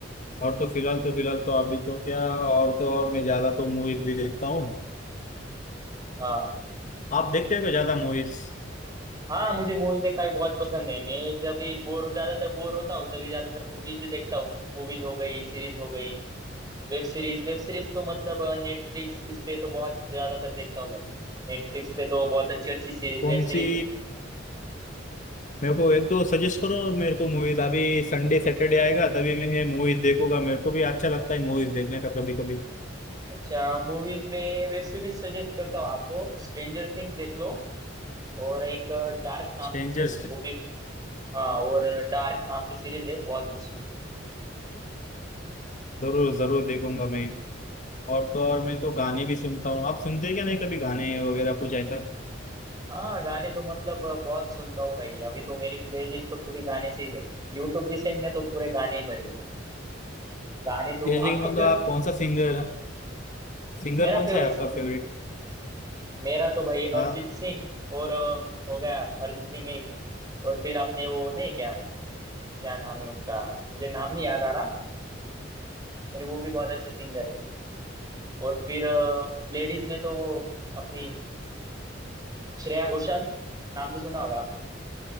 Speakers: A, on the left; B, on the right.
A: और तो फिलहाल तो फिलहाल तो अभी तो क्या और तो और मैं ज्यादा तो मूवीज भी देखता हूँ
B: हाँ
A: आप देखते हो क्या ज्यादा मूवीज
B: हाँ मुझे मूवीज देखना भी बहुत पसंद है मैं जब भी बोर ज्यादातर बोर होता हूँ तभी ज्यादातर मूवीज ही देखता हूँ मूवीज हो गई सीरीज हो गई वेब सीरीज वेब सीरीज तो मतलब नेटफ्लिक्स इस पे तो बहुत ज्यादातर देखता हूँ भाई नेटफ्लिक्स पे तो बहुत अच्छी अच्छी सीरीज
A: कौन
B: वेब सीरीज
A: सी
B: है
A: मेरे को एक तो सजेस्ट करो मेरे को मूवीज अभी संडे सैटरडे आएगा तभी मैं मूवीज देखूंगा मेरे को भी अच्छा लगता है मूवीज देखने का कभी कभी
B: अच्छा मूवीज में वेब सीरीज सजेस्ट करता हूँ आपको स्ट्रेंजर थिंग्स देख लो और एक डार्क नाम
A: स्ट्रेंजर
B: की सीरीज है वो भी हाँ और डार्क नाम की सीरीज है बहुत अच्छी है
A: जरूर जरूर देखूंगा मैं और तो और मैं तो गाने भी सुनता हूँ आप सुनते हैं क्या नहीं कभी गाने वगैरह कुछ ऐसा
B: हाँ गाने तो मतलब अ, बहुत सुनता हूँ भाई अभी तो मेरी प्लेलिस्ट तो पूरे गाने से ही भरी है यूट्यूब रिसेंट में तो पूरे गाने ही भरे हैं गाने तो
A: जैसे
B: आपका
A: कि मतलब
B: फेवरेट
A: आप कौन सा सिंगर सिंगर
B: मेरा
A: कौन
B: फेवरेट
A: सा है आपका
B: सिंगर
A: फेवरेट
B: मेरा तो भाई
A: हाँ
B: अरिजीत सिंह और अ, हो गया अरिजीत सिंह एक और फिर आपने वो नहीं क्या क्या नाम है उनका मुझे नाम नहीं याद आ रहा पर वो भी बहुत अच्छे सिंगर है और फिर लेडीज में तो वो अपनी श्रेया घोषाल नाम तो सुना होगा आपने